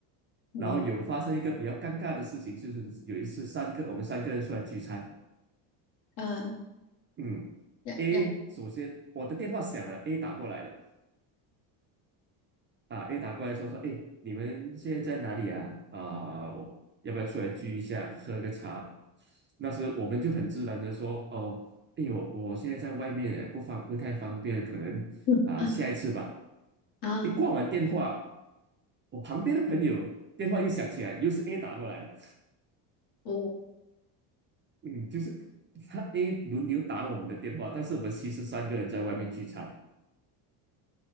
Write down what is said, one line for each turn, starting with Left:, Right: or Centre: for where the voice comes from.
Left: 嗯
Right: 然后有发生一个比较尴尬的事情，就是有一次三个我们三个人出来聚餐，
Left: 嗯，
Right: 嗯，A
Left: 然然
Right: 首先我的电话响了，A 打过来了。啊，a 打过来说说，诶，你们现在在哪里啊？啊，我要不要出来聚一下，喝个茶？那时我们就很自然的说，哦，诶，我我现在在外面欸，不方不太方便，可能啊下一次吧。
Left: <laughs> 啊，
Right: 一挂完电话，我旁边的朋友电话又响起来，又是 A 打过来的，
Left: 我
Right: 嗯，就是 <laughs> 他 A 轮流打我们的电话，但是我们其实三个人在外面聚餐。